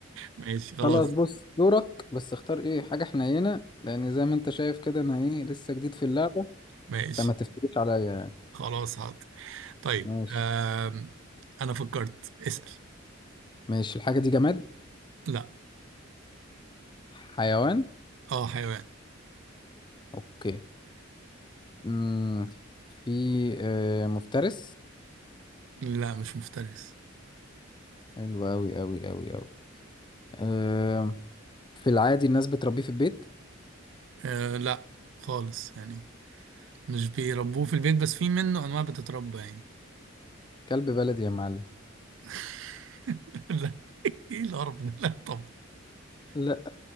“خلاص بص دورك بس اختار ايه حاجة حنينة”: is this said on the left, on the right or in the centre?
Left